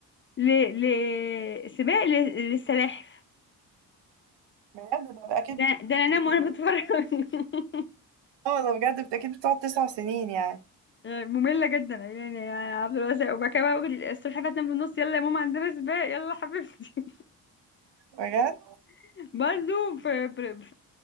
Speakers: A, on the left (about 30°); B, on the right (about 65°).
A: ل... ل... سباق لل- للسلاحف
B: بجد ده أكيد
A: ده,
B: بت-
A: ده انا انام
B: سنين
A: وانا
B: دي
A: بتفرج <laughs>
B: اه ده بجد بت- أكيد بتقعد تسع سنين يعني
A: مملة جدا يعني يا عبد الواسع وبعد كده بقى أقول السلحفاة تنام في النص يلا يا ماما عندنا سباق يلا حبيبتي
B: بجد
A: <laughs> برضو في في في,